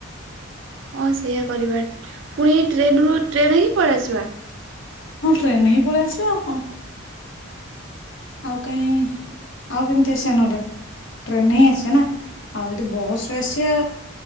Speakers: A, on the right (about 65°); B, on the left (about 60°).
A: ହଁ ସେଇଆ କରିବା ଫୁଣି ଟ୍ରେନରୁ ଟ୍ରେନ ହିଁ ପଳେଇଆସିବା।
B: ହଁ ଟ୍ରେନରେ ହିଁ ପଳେଇ ଆସିବା ଆଉ କଣ। ଆଉ କାଇଁ ଆଉ କେମିତି ଆସିବା ନହେଲେ ଟ୍ରେନରେ ହିଁ ଆସିବା ନାଁ। ଆଉ ଯଦି ବସ୍ ରେ ଆସିବା